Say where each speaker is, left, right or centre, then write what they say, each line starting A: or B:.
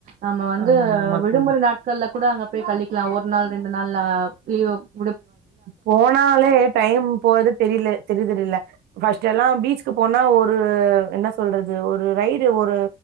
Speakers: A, on the right (about 55°); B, on the right (about 75°).
A: நம்ம வந்து
B: ஆமா ஆமா
A: விடுமுறை
B: தோழி
A: நாட்கள்ல கூட அங்க போய் களிக் ஒரு நாள் ரெண்டு நாள்ல <unintelligible>
B: போனாலே டைம் போரது தெரியல தெரியுதுரில ஃபர்ஸ்ட் எல்லாம் பீச்கு போனா ஒரு என்ன சொல்றது ஒரு ரய்டு ஒரு